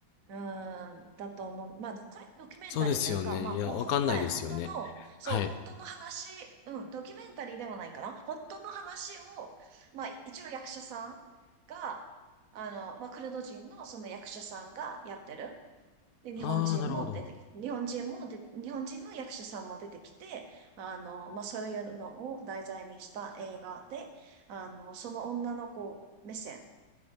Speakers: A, on the right (about 50°); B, on the left (about 70°).
A: うん、だと思う。まあ、これドキュメンタリーというか、
B: そうですよね。
A: まあ、
B: いや、
A: ほ本来、
B: わかんないですよね。
A: 本当の、そう、
B: はい。
A: 本当の話、うん、ドキュメンタリーではないかな。本当の話を、まあ、一応役者さんが、あの、まあ、クルド人のその役者さんがやってる。で、日本人も出てき、
B: ああ、なるほど。
A: 日本人もで、日本人の役者さんも出てきて、あの、まあ、そういうのを題材にした映画で、あの、その女の子目線